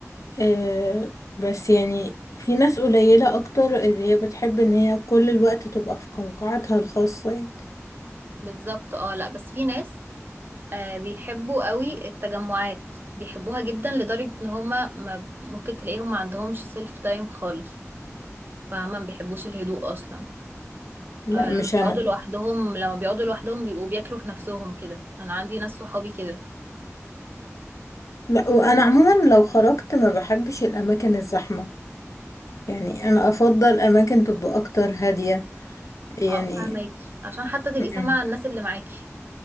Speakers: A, on the left; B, on the right.
A: آه بس يعني في ناس قليلة اكتر اللي هي بتحب ان هي كل الوقت تبقى في قوقعتها الخاصة يعني
B: بالظبط اه لا بس في ناس آه بيحبوا قوي التجمعات بيحبوها جدا لدرجة ان هما ما ممكن تلاقيهم ما عندهمش سيلف تايم خالص فاهمة ما بيحبوش الهدوء اصلا
A: لا
B: آه لما
A: مش
B: بيقعدوا
A: انا
B: لوحدهم لما بيقعدوا لوحدهم بيبقوا بياكلوا في نفسهم كده انا عندي ناس صحابي كده
A: لا وانا عموما لو خرجت ما بحبش الاماكن الزحمة يعني انا افضل اماكن تبقى اكتر هادية يعني
B: اه فاهماكي عشان حتى تبقي
A: مم،
B: سامعة الناس اللي معاكي